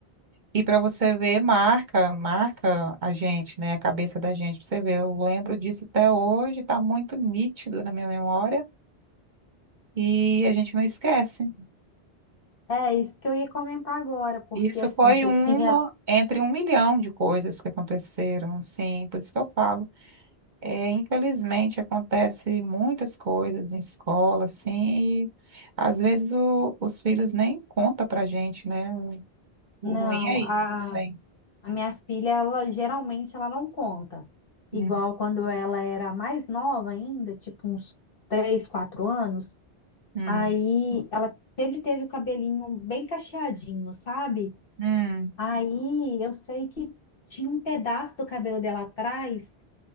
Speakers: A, on the right; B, on the left.
A: E para você ver, marca, marca a gente, né? A cabeça da gente, pra você ver. Eu lembro disso até hoje, tá muito nítido na minha memória e a gente não esquece.
B: É isso que eu ia comentar agora, porque
A: Isso
B: assim,
A: foi
B: você
A: uma
B: tinha,
A: entre um milhão de coisas que aconteceram, assim, por isso que eu falo. É, infelizmente acontece muitas coisas em escola, assim, e às vezes o- os filhos nem contam pra gente, né? O, o
B: não,
A: ruim é isso.
B: a
A: Bem,
B: A minha filha, ela geralmente ela não conta.
A: hum,
B: Igual quando ela era mais nova ainda, tipo uns 3, 4 anos,
A: hum,
B: aí ela sempre teve o cabelinho bem cacheadinho, sabe?
A: hum.
B: Aí eu sei que tinha um pedaço do cabelo dela atrás